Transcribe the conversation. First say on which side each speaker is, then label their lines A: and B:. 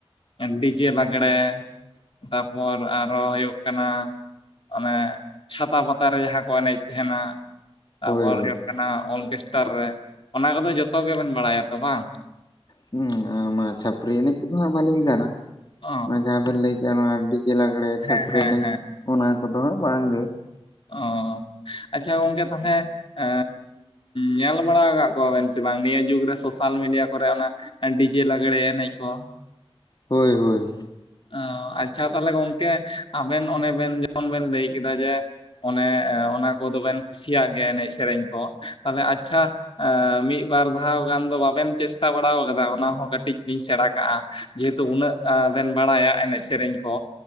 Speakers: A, on the left; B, on the left.
A: ᱰᱤᱡᱮ ᱞᱟᱜᱽᱬᱮ᱾ ᱛᱟᱯᱚᱨ ᱟᱨᱚ ᱦᱩᱭᱩᱜ ᱠᱟᱱᱟ᱾ ᱚᱱᱮ ᱪᱷᱟᱛᱟ ᱯᱟᱛᱟ ᱨᱮ ᱡᱟᱦᱟᱸ ᱠᱚ ᱮᱱᱮᱡ ᱛᱟᱦᱮᱸᱱᱟ᱾ ᱛᱟᱨᱯᱚᱨ
B: ᱦᱳᱭ ᱦᱳᱭ
A: ᱦᱩᱭᱩᱜ ᱠᱟᱱᱟ ᱚᱨᱜᱮᱥᱴᱟᱨ ᱨᱮ᱾ ᱚᱱᱟ ᱠᱚᱫᱚ ᱡᱚᱛᱚ ᱜᱮᱵᱮᱱ ᱵᱟᱲᱟᱭᱟ ᱛᱚ ᱵᱟᱝ?
B: ᱦᱮ ᱚᱱᱟ ᱪᱷᱟᱹᱯᱨᱤ ᱮᱱᱮᱡ ᱠᱚᱫᱚ ᱦᱟᱜ ᱵᱟᱹᱞᱤᱧ ᱜᱟᱱᱟ
A: ᱚ
B: ᱡᱟᱦᱟᱸ ᱵᱮᱱ ᱞᱟᱹᱭ ᱞᱮᱭ ᱢᱮ ᱰᱤᱡᱮ ᱞᱟᱜᱽᱲᱮ, ᱪᱷᱟᱯᱨᱤ
A: ᱦᱮᱸ ᱦᱮᱸ
B: ᱮᱱᱮᱡ
A: ᱦᱮᱸ
B: ᱚᱱᱟ ᱠᱚᱫᱚ ᱦᱟᱸᱜ ᱵᱟᱝᱜᱮ᱾
A: ᱚ, ᱟᱪᱪᱷᱟ ᱜᱚᱝᱠᱮ ᱛᱟᱦᱚᱹᱞᱮ? ᱮᱻ ᱧᱮᱞ ᱵᱟᱲᱟ ᱠᱟᱜ ᱠᱚᱣᱟᱵᱮᱱ ᱥᱮ ᱵᱟᱝ ᱱᱤᱭᱟᱹ ᱡᱩᱜᱽ ᱨᱮ ᱥᱳᱥᱟᱞ ᱢᱤᱰᱤᱭᱟ ᱠᱚᱨᱮ᱾ ᱚᱱᱟ ᱰᱤᱡᱮ ᱞᱟᱟᱜᱲᱮ ᱮᱱᱮᱡ ᱠᱚ ᱾
B: ᱦᱳᱭ ᱦᱳᱭ ᱾
A: ᱚ ᱟᱪᱪᱷᱟ ᱛᱟᱦᱚᱞᱮ ᱜᱚᱝᱠᱮ ᱟᱵᱮᱱ ᱚᱱᱮ ᱵᱮᱱ ᱡᱮᱢᱚᱱ ᱵᱮᱱ ᱞᱟᱹᱭ ᱠᱮᱫᱟ ᱡᱮ ᱚᱱᱮ ᱚᱱᱟ ᱠᱚᱫᱚ ᱵᱮᱱ ᱠᱩᱥᱤᱭᱟᱜ ᱜᱮᱭᱟ ᱮᱱᱮᱡ ᱥᱮᱨᱮᱧ ᱠᱚ ᱛᱟᱦᱚᱞᱮ ᱟᱪᱪᱷᱟ ᱢᱤᱫ ᱵᱟᱨ ᱫᱷᱟᱣ ᱜᱟᱱ ᱫᱚ ᱵᱟᱵᱮᱱ ᱪᱮᱥᱴᱟ ᱵᱟᱲᱟᱣ ᱠᱟᱫᱟ ᱚᱱᱟ ᱦᱚᱸ ᱠᱟᱹᱴᱤᱡ ᱞᱤᱧ ᱥᱮᱬᱟ ᱠᱟᱜᱼᱟ ᱾ ᱡᱮᱦᱮᱛᱩ ᱩᱱᱟᱹᱜ ᱵᱮᱱ ᱵᱟᱲᱟᱭᱟ ᱮᱱᱮᱡ ᱥᱮᱨᱮᱧ ᱠᱚ